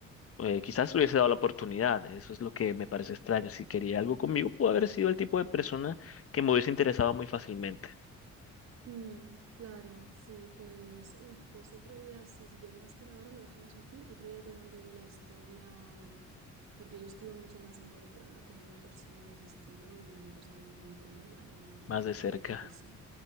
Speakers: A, on the left; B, on the right.
A: eh, quizás le hubiese dado la oportunidad. Eso es lo que me parece extraño. Si quería algo conmigo, pudo haber sido el tipo de persona que me hubiese interesado muy fácilmente,
B: mm, claro, sí, pues, uh, pues otro día, sí, si te tienes que ir ahora, lo dejamos aquí, otro día te cuento yo la historia, mm, porque yo estuve mucho más involucrada con una persona de ese estilo y, o sea, viví con ella, era mi
A: más
B: compañera
A: de cerca,
B: de piso.